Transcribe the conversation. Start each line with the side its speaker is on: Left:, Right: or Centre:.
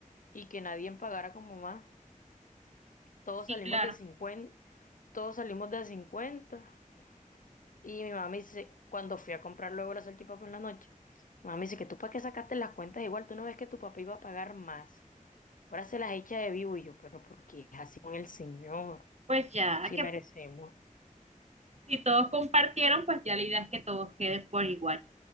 Left: y que nadie pagara como más. Todos
Right: Sí,
Left: salimos
Right: claro.
Left: de 50, todos salimos de cincuenta Y mi mamá me dice, cuando fui a comprar luego la salchipapa en la noche, mi mamá me dice que tú para qué sacaste las cuentas igual, tú no ves que tu papá iba a pagar más. Ahora se las echa de vivo y yo, pero porque es así con el señor,
Right: Pues ya
Left: si
Right: que
Left: merecemos.
Right: si todos compartieron, pues ya la idea es que todos queden por igual.